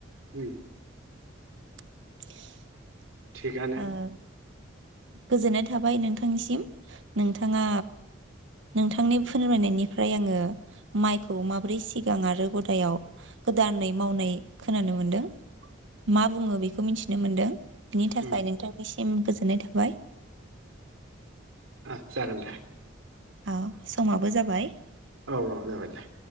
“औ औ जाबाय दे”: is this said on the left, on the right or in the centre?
Right